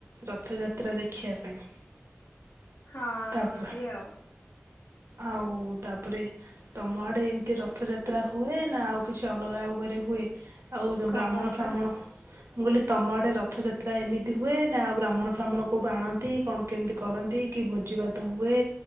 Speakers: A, on the right; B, on the left.
A: ରଥଯାତ୍ରା ଦେଖିବା ପାଇଁ।
B: ହଁ
A: ତାପ
B: ଯିବି ଆଉ।
A: ଆଉ ତାପରେ ତମ ଆଡେ ଏମିତି ରଥଯାତ୍ରା ହୁଏ ନା ଆଉ କିଛି ଅଲଗା ଉପରେ ହୁଏ। ଆଉ
B: କଣ
A: ବ୍ରାହ୍ମଣ
B: କହିଲ?
A: ଫ୍ରାହ୍ମଣ ମୁଁ କହିଲି ତମ ଆଡେ ରଥଯାତ୍ରା ଏମିତି ହୁଏ ନା ଆଉ ବ୍ରାହ୍ମଣ ଫ୍ରାହ୍ମଣ କୋଉଠୁ ଆଣନ୍ତି କଣ କେମିତି କରନ୍ତି କି ଭୋଜିଭାତ ହୁଏ।